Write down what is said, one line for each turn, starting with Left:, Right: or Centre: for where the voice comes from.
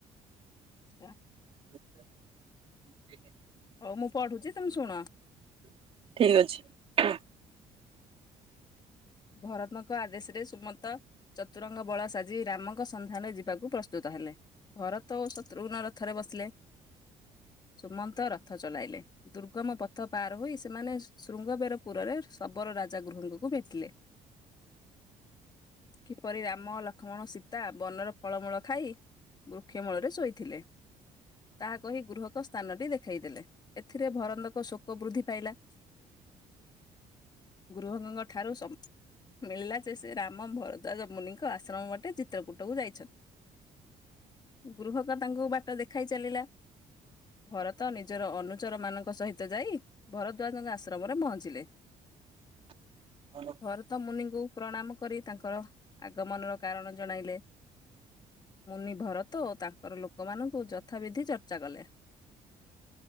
Left: ଆ
Right: <inaudible>
Left: ହଉ ମୁଁ ପଢୁଛି ତମେ ଶୁଣ?
Right: ଠିକ୍ ଅଛି। କୁହ
Left: ଭରତଙ୍କ ଆଦେଶରେ ସୁମନ୍ତ ଚତୁରଙ୍ଗ ବଳ ସାଜି ଆଜି ରାମଙ୍କ ସନ୍ଧାନରେ ଯିବାକୁ ପ୍ରସ୍ତୁତ ହେଲେ ଭରତ ଓ ଶତ୍ରୁଘ୍ନ ରଥରେ ବସିଲେ। ସୁମନ୍ତ ରଥ ଚଲାଇଲେ। ଦୁର୍ଗମ ପଥ ପାର ହୋଇ ସେମାନେ ଶୃଙ୍ଗବେର ପୁରରେ ଶବର ରାଜା ଗୃହକୁ ଭେଟିଲେ। କିପରି ରାମ ଲକ୍ଷ୍ମଣ ସୀତା ବନର ଫଳମୂଳ ଖାଇ। ବୃକ୍ଷ ମୂଳରେ ଶୋଇଥିଲେ। ତାହା କହି ଗୃହକ ସ୍ଥାନଟି ଦେଖେଇଦେଲେ ଏଥିରେ ଭରନ୍ଦକ ଶୋକ ବୃଦ୍ଧି ପାଇଲା। ଗୁରୁବଙ୍ଗଙ୍କ ଠାରୁ ସବୁ ମିଳିଲା ଯେ ସେ ରାମ ଭରଦ୍ୱାଜମୁନିଙ୍କ ଆଶ୍ରମ ବାଟେ ଚିତ୍ରକୂଟକୁ ଯାଇଛନ୍ତି। ଗୃହକ ତାଙ୍କୁ ବାଟ ଦେଖାଇ ଚାଲିଲା। ଭରତ ନିଜର ଅନୁଚର ମାନଙ୍କ ସହିତ ଯାଇ ଭରଦାଜଙ୍କ ଆଶ୍ରମରେ ପହଞ୍ଚିଲେ।
Right: ହାଲୋ
Left: ଭରତ ମୁନିଙ୍କୁ ପ୍ରଣାମ କରି ତାଙ୍କର ଆଗମନର କାରଣ ଜଣାଇଲେ। ମୁନି ଭରତ ଓ ତାଙ୍କର ଲୋକମାନଙ୍କୁ ଯଥାବିଧି ଚର୍ଚ୍ଚା କଲେ।